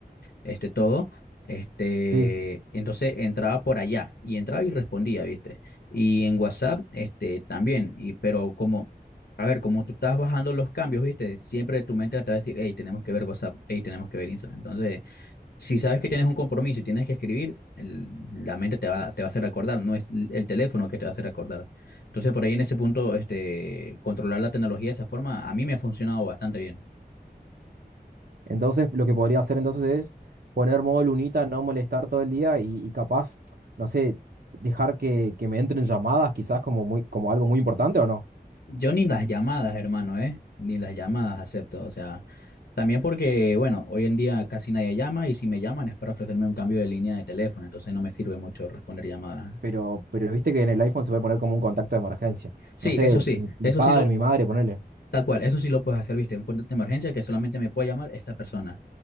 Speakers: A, on the left (about 70°); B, on the right (about 65°).
A: este, todo, este,
B: Sí.
A: entonces entraba por allá y entraba y respondía, ¿viste? Y en WhatsApp, este, también, y, pero como, a ver, como tú estás bajando los cambios, ¿viste? Siempre tu mente te va a decir, hey, tenemos que ver WhatsApp, hey, tenemos que ver Instagram. Entonces, si sabes que tienes un compromiso y tienes que escribir, el- la mente te va, te va a hacer recordar, no es l- el teléfono que te va a hacer recordar. Entonces, por ahí en ese punto, este, controlar la tecnología de esa forma, a mí me ha funcionado bastante bien.
B: Entonces, lo que podría hacer entonces es poner modo lunita, no molestar todo el día y, y capaz, no sé, dejar que, que me entren llamadas, quizás como, muy, como algo muy importante o no.
A: Yo ni las llamadas, hermano, ¿eh? Ni las llamadas acepto. O sea, también porque, bueno, hoy en día casi nadie llama y si me llaman es para ofrecerme un cambio de línea de teléfono, entonces no me sirve mucho responder llamadas.
B: Pero, pero viste que en el iPhone se puede poner como un contacto de emergencia.
A: Sí,
B: No sé,
A: eso sí,
B: mi, mi
A: eso
B: padre,
A: sí lo,
B: mi madre, ponele.
A: Tal cual, eso sí lo puedes hacer, viste, un contacto de emergencia que solamente me puede llamar esta persona.